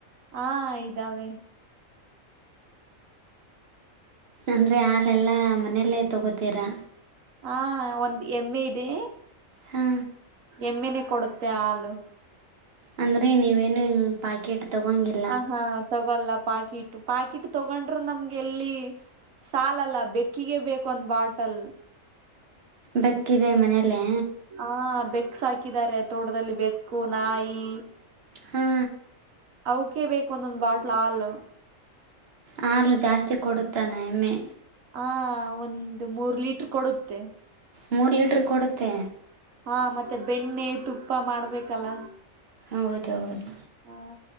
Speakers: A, on the right; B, on the right.
A: ಹಾ ಇದಾವೆ
B: ಅಂದರೆ ಹಾಲೆಲ್ಲ ಮನೆಯಲ್ಲೇ ತೊಗೋತೀರಾ
A: ಹ ಒಂದ ಎಮ್ಮೆ ಇದೆ..
B: ಹಾ
A: ಎಮ್ಮೆನೆ ಕೊಡುತ್ತೆ ಆಲು
B: ಅಂದ್ರೆ ನೀವೇನು ಹಿಂಗ ಪಾಕೆಟ್ ತಗೊಗ್ಗಿಲ್ಲ
A: ಹ ಹಾ ತಗೊಲ್ಲ ಪಾಕಿಟ್ ಪಾಕಿಟ್ ತಗೊಂಡ್ರರು ನಮ್ಗೆ ಎಲ್ಲಿ ಸಾಲಲ್ಲ ಬೆಕ್ಕಿಗೆ ಬೇಕು ಒಂದ್ ಬಾಟಲ್
B: ಬೆಕ್ಕಿದೆ ಮನೆಯಲ್ಲೇ?
A: ಹಾ ಬೆಕ್ ಸಾಕಿದ್ದಾರೆ ತೋಟದಲ್ಲಿ ಬೆಕ್ಕು ನಾಯಿ
B: ಹಾ.
A: ಅವೆಕ್ಕೆ ಬೇಕು ಒಂದೊಂದ್ ಬಾಟ್ಲ ಹಾಲು.
B: ಹಾಲು ಜಾಸ್ತಿ ಕೊಡುತ್ತನ ಏಮ್ಮೆ?
A: ಹ ಒಂದು ಮೂರ್ ಲೀಟರ್ ಕೊಡುತ್ತೆ.
B: ಮೂರು ಲೀಟರ್ ಕೊಡುತ್ತೆ.
A: ಹಾ ಮತ್ತೆ ಬೆಣ್ಣೆ ತುಪ್ಪ ಮಾಡ್ಬೇಕಲ್ಲ.
B: ಹೌದ ಹೌದು.
A: ಹಾ.